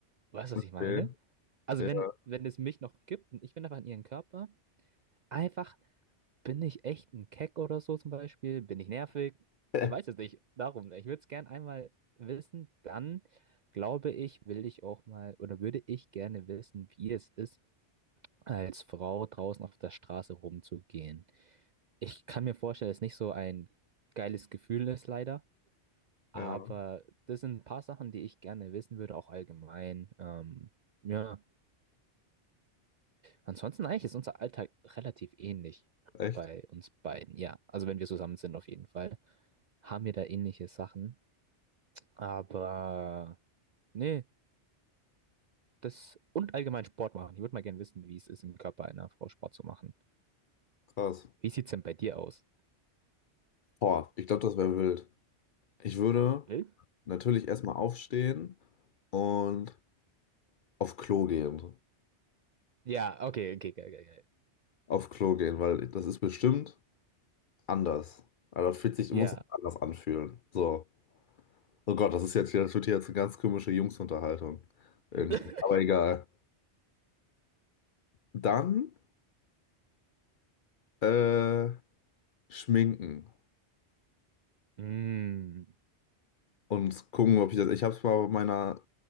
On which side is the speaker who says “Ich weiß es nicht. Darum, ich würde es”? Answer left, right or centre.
Right